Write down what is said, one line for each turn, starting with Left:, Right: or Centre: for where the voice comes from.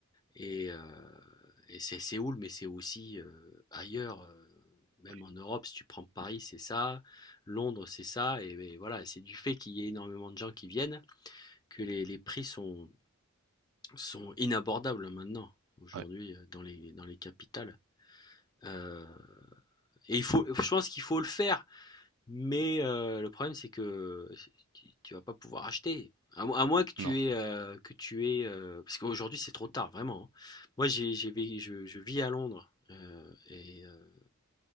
Left: et, euh, et c'est Séoul, mais c'est aussi euh, ailleurs, euh, même
Right: oui,
Left: en Europe, si tu prends Paris, c'est ça, Londres, c'est ça, et, et voilà, c'est du fait qu'il y ait énormément de gens qui viennent que les, les prix sont, sont inabordables maintenant, aujourd'hui,
Right: ouais,
Left: euh, dans les, dans les capitales. Euh, et il faut, je pense qu'il faut le faire, mais heu, le problème, c'est que tu tu vas pas pouvoir acheter. À moins à moins que tu
Right: non,
Left: aies, heu, que tu aies, heu parce qu'aujourd'hui, c'est trop tard, vraiment, hein. Moi, j'ai j'ai vé je je vis à Londres, heu et heu